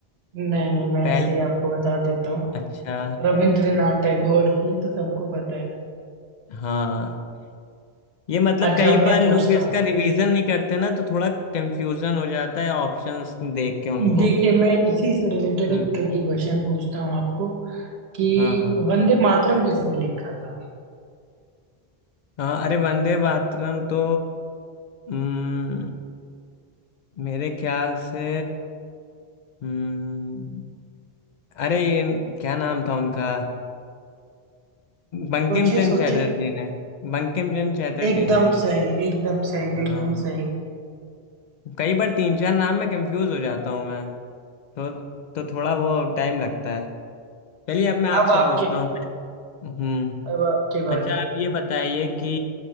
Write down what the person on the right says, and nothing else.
नहीं नहीं मैं
ऐसे ही आपको बता देता हूँ
रविंद्रनाथ टैगोर ये तो सबको पता है
अच्छा
अब मैं
पूछता
हूँ
देखिए मैं इसी से रिलेटेड
एक ट्रिकी क्वेश्चन पूछता हूँ आपको कि
वंदे मातरम किसने लिखा था
सोचिए
सोचिए
एकदम
सही एकदम सही
एकदम सही
अब आपके
अब आपकी बारी